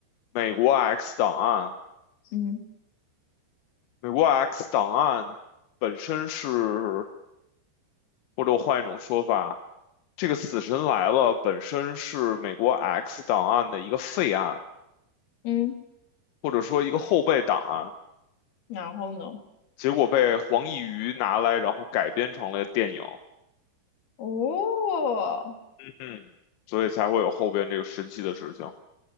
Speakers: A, on the left; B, on the left.
A: 美国 X 档案，
B: 嗯
A: 美国 X 档案本身是，或者我换一种说法，这个死神来了本身是美国 X 档案的一个废案，
B: 嗯，
A: 或者说一个后备档案，
B: 然后呢？
A: 结果被黄义瑜拿来，然后改编成了电影，
B: 哦
A: 嗯，所以才会有后边这个神奇的事情。